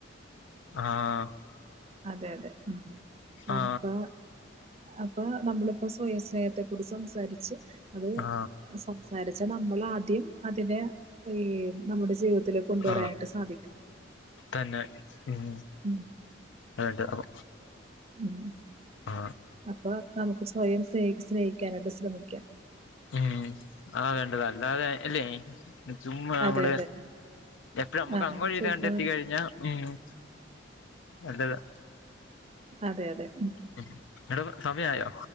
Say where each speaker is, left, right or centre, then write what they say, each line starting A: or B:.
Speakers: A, on the left; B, on the right.
A: ആഹ്
B: അതെ അതെ ഉം
A: ആ
B: അപ്പൊ അപ്പൊ നമ്മളിപ്പോ സ്വയം സ്നേഹത്തെ കുറിച്ച് സംസാരിച്ച് അത്
A: ആ
B: സ സംസാരിച്ചാ നമ്മളാദ്യം അതിനെ ഈ നമ്മുടെ ജീവിതത്തിലേക്ക് കൊണ്ടുവരാനായിട്ട്
A: ആ
B: സാധിക്കണം
A: തന്നെ ഉം
B: ഉം
A: അതുണ്ട് അപ്പൊ
B: ഉം
A: ആ
B: അപ്പൊ നമുക്ക് സ്വയം സ്നേ സ്നേഹിക്കാനായിട്ട് ശ്രമിക്കാ
A: ഉം അതാ വേണ്ടത് അല്ലാതെ അല്ലേ ചുമ്മാ നമ്മള്
B: അതെ അതെ
A: എപ്പളും നമ്മുക്ക്
B: ആ
A: അങ്ങോട്ട് ചെയ്ത
B: ചുമ്മാ
A: കണ്ടെത്തി കഴിഞ്ഞാ <unintelligible> നല്ലതാ
B: അതെ അതെ ഉം
A: ഉം ഇന്നെട്ട്പ്പൊ സമയായോ